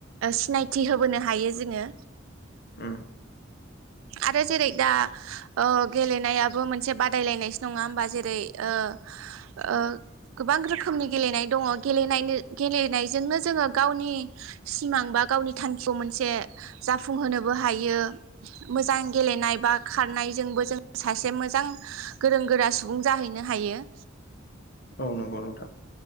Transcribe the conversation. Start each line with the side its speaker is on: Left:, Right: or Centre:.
Right: सिनायथि होबोनो हायो जोङो
Left: उम
Right: आरो जेरै दा ओ गेलेनायाबो मोनसे बादायलायनायसो नङा होमबा जेरै ओ ओ गोबां रोखोमनि गेलेनाय दङ गेलेनायनो-गेलेनायजोंनो जोङो गावनि सिमां बा गावनि थांखिखौ मोनसे जाफुंहोनोबो हायो। मोजां गेलेनाय बा खारनायजोंबो जों सासे मोजां गोरों गोरा सुबुं जाहैनो हायो।
Left: औ नंगौ नोंथां।